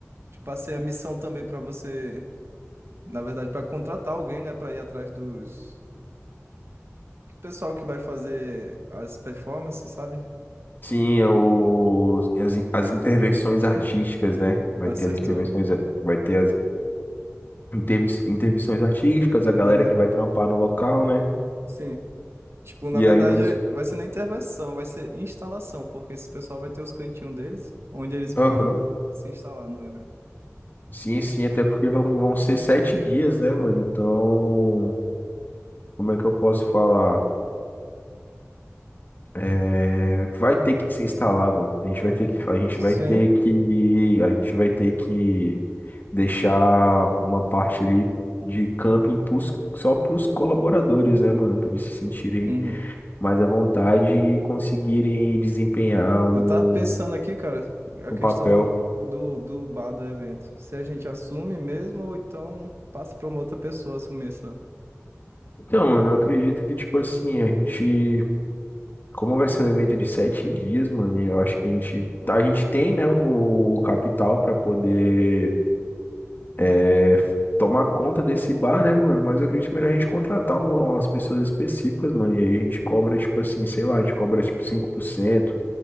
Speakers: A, on the right (about 55°); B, on the left (about 40°).
A: te passei a missão também para você, na verdade, para contratar alguém, né, para ir atrás dos que pessoal que vai fazer as performances, sabe?
B: Sim, os,
A: Tipo,
B: as, as intervenções artísticas, né? Vai
A: acertou.
B: ter as intervenções, vai ter as intervi- intervenções artísticas, a galera
A: Aham.
B: que vai trampar no local, né?
A: Sim. Tipo, na
B: E
A: verdade,
B: aí, mais
A: vai ser nem intervenção, vai ser instalação, porque esse pessoal vai ter os cantinhos deles, onde eles vão
B: Aham.
A: se instalar no evento.
B: Sim, sim, até porque vão, vão ser sete dias, né, mano? Então, como é que eu posso falar? É, vai ter que se instalar, mano. A gente vai ter que, a gente
A: Sim.
B: vai ter que, a gente vai ter que deixar uma parte ali de camping pros, só para os colaboradores, né, mano? Para eles se sentirem
A: Uhum.
B: mais à vontade e conseguirem desempenhar o,
A: Eu tava pensando aqui, cara, a
B: o
A: questão
B: papel.
A: do, do bar do evento. Se a gente assume mesmo, ou então passa pra uma outra pessoa assumir essa.
B: Então, mano, eu acredito que, tipo assim, a gente Como vai ser um evento de sete dias, mano, eu acho que a gente, a gente tem, né, o, o capital pra poder é, tomar conta desse bar, né, mano? Mas eu acredito melhor a gente contratar um- umas pessoas específicas, mano. E aí a gente cobra, tipo assim, sei lá, a gente cobra tipo cinco por cento,